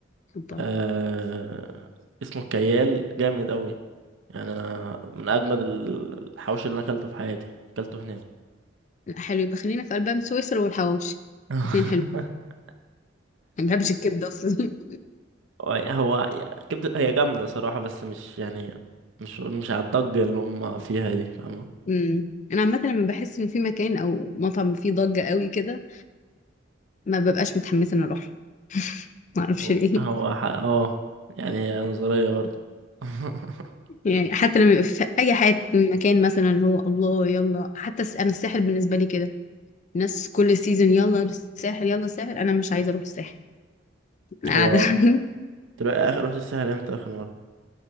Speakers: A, on the left; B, on the right.
A: طب
B: آه اسمه الكيال جامد قوي يعني انا من اجمد ال- الحواوشي اللي انا اكلته في حياتي اكلته هناك
A: لا حلو يبقى خلينا في البان سويسرا والحواوشي
B: <laughs>
A: الاثنين حلو أنا ما بحبش الكبده اصلا
B: هو هو كبده هي جامده صراحه بس مش يعني مش مش على الضجه اللي هم فيها دي فاهمه
A: <laughs> أمم، انا عامه لما بحس ان في مكان او مطعم فيه ضجه قوي كده ما ببقاش متحمسه ان اروح له. ما اعرفش
B: هو
A: ليه
B: هو ح... اه يعني هي نظرية برضه <laughs>
A: يعني حتى لما يبقى في اي حاجه مكان مثلا اللي هو الله يلا حتى الس- انا الساحل بالنسبه لي كده الناس كل سيزون يلا الساحل يلا الساحل انا مش عايزه اروح الساحل انا
B: هو
A: قاعده <laughs>
B: تبقى اخر رحت الساحل امتى اخر مرة